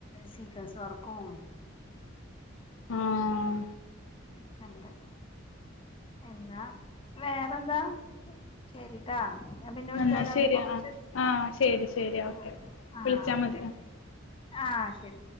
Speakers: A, on the left; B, on the left.
A: സീക്വിൻസ് വർക്കും
B: ഉം
A: കണ്ട് എന്നാ വേറെന്താ ശെരീട്ടാ ഞാൻ പിന്നെ വിളിച്ചാലോ
B: എന്നാ ശരി
A: എനി കൊറച്ച്
B: ആഹ് ആഹ് ശരി ശരി
A: ആഹ്
B: ഓക്കെ
A: ആഹ്
B: വിളിച്ചാ
A: ഓക്കെ
B: മതി
A: ഓക്കെ
B: ആഹ്
A: ആഹ് ശരി